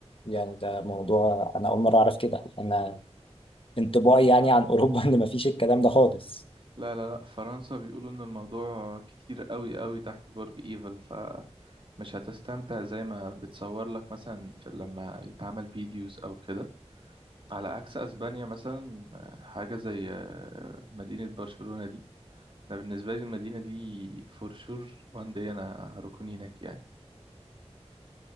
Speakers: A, on the left (about 50°); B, on the right (about 50°).
A: يعني ده موضوع انا اول مره اعرف كده انا انطباعي يعني عن اوروبا <laughs> ان مفيش الكلام ده خالص
B: لا لا لا في فرنسا بيقولوا إن الموضوع كتير قوي قوي تحت برج إيفل فمش هتستمتع زي ما بتصور لك مثلا في لما يتعمل فيديوز أو كده على عكس أسبانيا مثلا آه، حاجة زي آه، مدينة برشلونة دي انا بالنسبه لي المدينه دي فور شور وان دي انا هركن هناك يعني